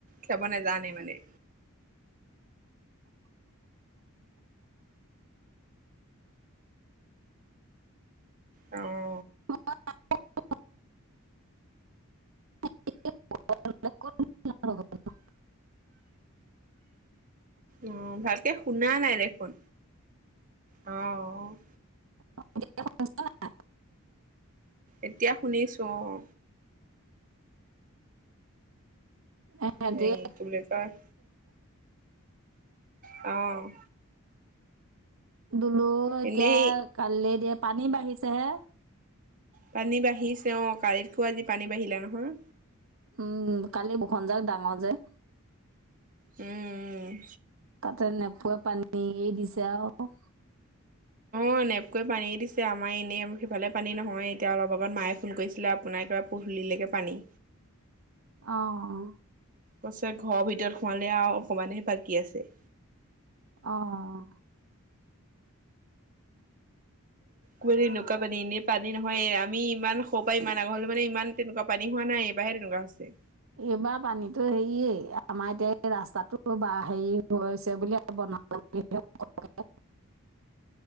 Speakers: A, on the right (about 40°); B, on the right (about 60°).
A: খিয়াব নোজানে মানে। গাঁৱত -
B: <unintelligible> <unintelligible>
A: অঁ ভালকে শুনা নাই দেখোন? অঁঅ
B: অঁ এতিয়া শুনিছা নাই?
A: এতিয়া শুনিছোঁ অঁ।
B: সিহঁতি
A: হেৰি, কি বুলি কয়? অঁ
B: দুলুৱ এতিয়া
A: এনেই
B: কালি দিয়ে, পানী বাঢ়িছেহে।
A: পানী বাঢ়িছে অঁ। কালিতকো আজি পানী বাঢ়িলে নহয়।
B: উম কালি বৰষুণজাক ডাঙৰ যে।
A: উম, উম।
B: তাতে নেপুৱে পানী এৰিদিছে আৰু।
A: অঁ, নেপকুৱে পানী এৰিদিছে আমাৰ এনেই আম্ সেইফালে পানী নহয়। এতিয়া অলপ আগত মায়ে ফোন কৰিছিলে আপোনাৰ কিবা পদুলিলৈকে পানী।
B: অঁ অ।
A: কৈছে, '' ঘৰৰ ভিতৰত সোমাবলে আৰু অকমানে বাকী আছে।
B: অঁ অ।
A: কোনোদিন এনেকুৱা পানী এনেই পানী নহয়েই। আমি ইমান সৰুপৰা ইমান ডাঙৰ হ'লো মানে ইমান তেনেকুৱা পানী হোৱা নাই এইবাৰহে তেনেকুৱা হৈছে।
B: এইবাৰ পানীতো হেৰিয়ে আমাৰ এতিয়া এই ৰাস্তাটো বা হেৰি হৈছে বুলিয়ে <unintelligible>